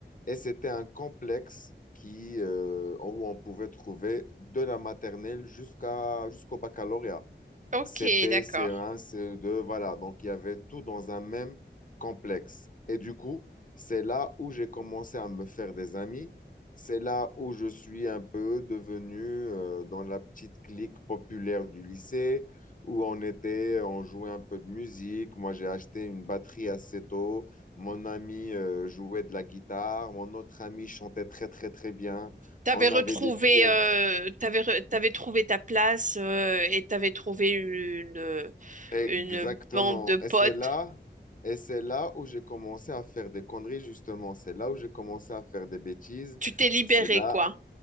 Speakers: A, on the left; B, on the right.
A: et c'était un complexe qui, euh, où on pouvait trouver de la maternelle jusqu'à, jusqu'au baccalauréat.
B: Ok,
A: CP,
B: d'accord.
A: CE1, ce deux, voilà. Donc, il y avait tout dans un même complexe. Et du coup, c'est là où j'ai commencé à me faire des amis. C'est là où je suis un peu devenu euh, dans la petite clique populaire du lycée, où on était, on jouait un peu de musique. Moi, j'ai acheté une batterie assez tôt. Mon ami euh, jouait de la guitare. Mon autre ami chantait très, très, très bien.
B: T'avais
A: On
B: retrouvé,
A: avait des filles.
B: euh, t'avais, re- t'avais trouvé ta place euh, et t'avais trouvé une,
A: Exactement.
B: une bande de potes.
A: Et c'est là, et c'est là où j'ai commencé à faire des conneries, justement. C'est là où j'ai commencé à faire des bêtises.
B: Tu t'es libérée
A: C'est là,
B: quoi.